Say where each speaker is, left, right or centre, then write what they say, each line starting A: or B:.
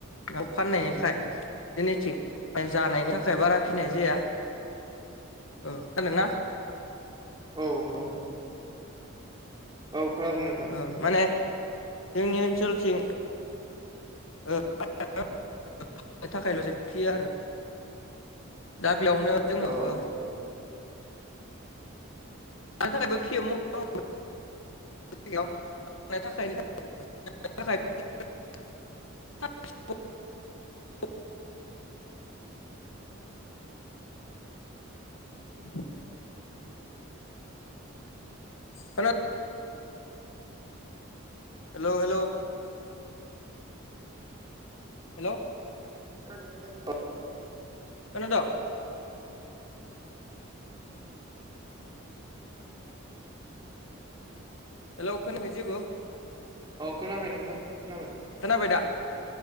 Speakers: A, on the left; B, on the right.
A: नाव फाननायनि थाखाय जेनिथिं बाय जानायनि थाखाय बारा फिनाय जाया। ओ खोना ना?
B: औ औ। औ खोनादों नोंथां।
A: ओ माने जोंनि ओनस सोलथिं <inaudible> थाखायल'सो फियो आरो। दा बेयावनो जोङो
B: अ
A: ओ <unintelligible> <unintelligible> <inaudible> <inaudible> खोना हेलौ हेलौ। हेलौ
B: <unintelligible>
A: खोनादं? हेलौ खोनायाखै जेबो?
B: अ खोनाबाय नोंथां खोनाबाय।
A: खोनाबाय दा?